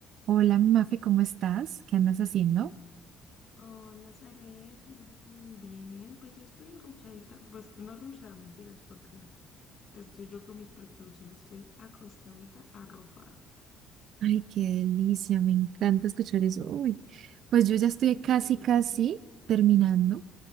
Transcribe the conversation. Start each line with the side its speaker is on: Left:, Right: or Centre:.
Right: Hola, mi Mafe, ¿cómo estás? ¿Qué andas haciendo?
Left: Hola, Zaret. Mm, Bien, pues yo estoy arrunchadita. Pues no arrunchada, mentiras, porque estoy yo con mis peluches, estoy acostadita, arropada.
Right: Ay, qué delicia, me encanta escuchar eso. Uy, Pues yo ya estoy casi,
Left: Sí.
Right: casi terminando. O